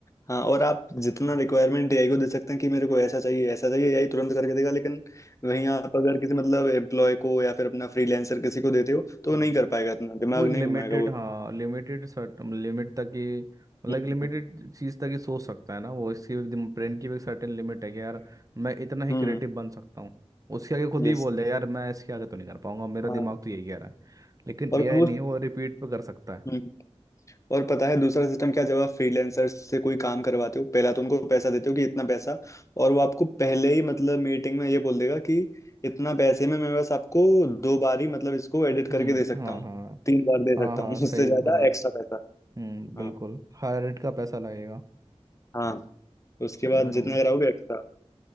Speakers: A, on the left; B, on the right.
A: हाँ और आप जितना रिक्वायरमेंट एआई को दे सकते हैं कि मेरे को ऐसा चाहिए ऐसा चाहिए एआई तुरंत करके देगा लेकिन वहीं आप अगर किसी मतलब एम्प्लॉय को या फिर अपना फ्रीलांसर किसी को देते हो तो
B: हम्म
A: वो नहीं कर पाएगा इतना दिमाग
B: वो एक
A: नहीं
B: लिमिटेड
A: घुमाएगा वो
B: हाँ लिमिटेड सर्टन लिमिट तक ही मतलब
A: हम्म
B: एक लिमिटेड चीज़ तक ही सोच सकता है ना वो इसकी ब्रेन की भी एक सर्टेन लिमिट है कि यार मैं इतना ही
A: हम्म
B: क्रिएटिव बन सकता हूँ उसके आगे खुद
A: यस
B: ही बोल दे यार मैं इसके आगे तो नहीं कर पाऊंगा मेरा
A: <clears throat>
B: दिमाग
A: हाँ
B: तो यही कह रहा है लेकिन
A: और
B: एआई
A: वो
B: नहीं है वो रिपीट पे कर सकता है
A: हम्म, और पता है दूसरा सिस्टम क्या जब आप फ्रीलैंसर से कोई काम करवाते हो पहला तो उनको पैसा देते हो कि इतना पैसा और वो आपको पहले ही मतलब मीटिंग में ये बोल देगा कि इतना पैसे में मैं बस आपको दो बार ही मतलब इसको एडिट करके
B: हम्म
A: दे सकता
B: हाँ
A: हूँ
B: हाँ
A: तीन बार दे
B: हाँ
A: सकता
B: हाँ
A: हूँ <laughs>
B: सही
A: उससे ज्यादा
B: बोला
A: एक्स्ट्रा पैसा
B: हम्म बिल्कुल
A: हाँ
B: हायर रेट का पैसा लगेगा
A: हाँ उसके
B: समझ
A: बाद
B: रहा
A: जितना
B: हूँ मैं
A: कराओगे एक्स्ट्रा